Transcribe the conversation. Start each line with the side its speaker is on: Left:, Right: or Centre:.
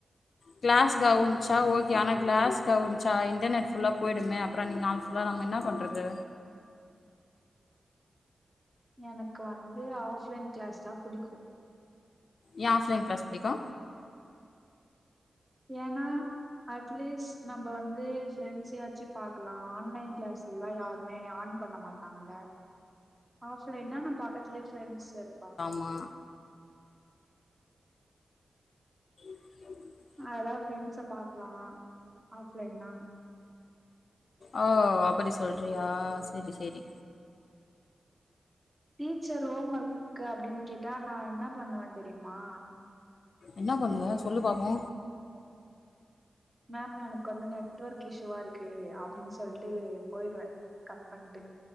Left: கிளாஸ் கவுன்ச்சா ஓகே ஆனா கிளாஸ் கவுனிச்சா இன்ர்னெட் ஃபுல்லாக போயிடுமே அப்றோ அன்னிக் நாள் புல்லா நம்ம என்னா பண்றது
Right: எனக்கு வந்து ஆஃப்லைன் கிளாஸ் தா புடிக்கும்
Left: யா ஆஃப்லைன் கிளாஸ் புடிக்கு
Right: ஏனா அட்லீஸ்ட் நம்ம வந்து ஃப்ரெண்ட்ஸ் யாச்சு பாக் இப்பல்லா ஆன்லைன் கிளாஸ்லா யாருமே ஆன் பண்ண மாட்டாங்கல்ல ஆஃப்லைன்னா நம் பாக்கத்துலேயே ஃப்ரெண்ட்ஸ் இருப்பாங்க
Left: மா ஆஹ
Right: அதலா ஃப்ரெண்ட்ஸ பாக்கலா ஆஃப்லைன்னா
Left: ஓ அப்படி சொல்றியா செரி செரி
Right: டீச்சர் ஹோம் ஒர்க் அப்டின்னு கேட்டா நா என்ன பண்ணுவே தெரியுமா
Left: என்ன பண்ணுவ சொல்லு பாப்போ
Right: மேம் எனக்கு வந்து நெட்ஒர்க் இஷூுவா இருக்கு அப்டின் சொல்டு போயிருவே கட் பண்ணிட்டு